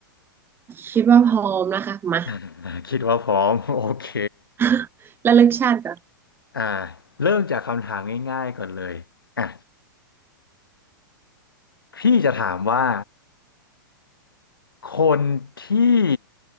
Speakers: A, on the right (about 20°); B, on the left (about 80°).
A: คิดว่าพร้อมนะคะมา
B: อ่า <laughs> คิดว่าพร้อม <laughs> โอเค
A: <laughs> ระลึกชาติก่อน
B: อ่าเริ่มจากคำถามง่ายๆก่อนเลยอ่ะพี่จะถามว่าคนที่